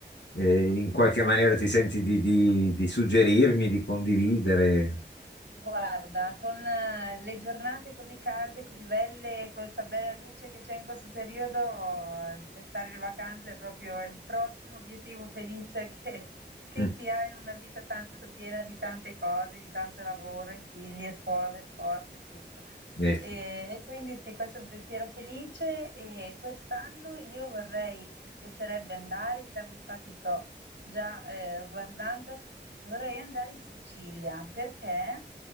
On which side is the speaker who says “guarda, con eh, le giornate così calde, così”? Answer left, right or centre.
Right